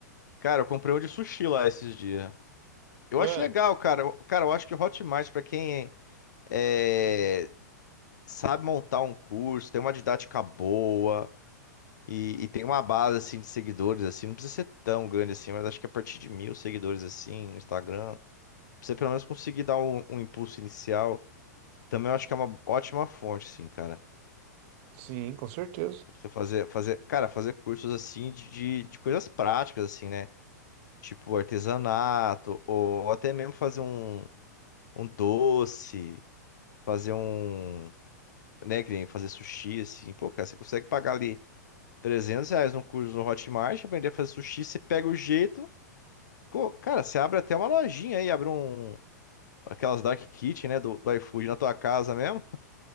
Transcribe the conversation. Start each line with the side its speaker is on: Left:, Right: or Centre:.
Left: cara, eu comprei um de sushi lá esses dias. Eu
Right: É,
Left: acho legal, cara. Eu- Cara, eu acho que o Hotmart, pra quem é, sabe montar um curso, tem uma didática boa, E, e tem uma base assim de seguidores assim, não precisa ser tão grande assim, mas acho que a partir de mil seguidores assim no Instagram, pra você pelo menos conseguir dar um, um impulso inicial. Também eu acho que é uma ótima fonte, assim, cara.
Right: sim, com certeza.
Left: Pra Você fazer, fazer, cara, fazer cursos assim de, de, de coisas práticas, assim, né? Tipo artesanato, ou até mesmo fazer um, um doce, fazer um, né, que nem fazer sushi, assim. Pô, cara, você consegue pagar ali 300 reais num curso no Hotmart, aprender a fazer sushi, você pega o jeito. Co- Cara, você abre até uma lojinha aí, abre um. Aquelas Dark Kitchen, né? Do, do iFood na tua casa mesmo.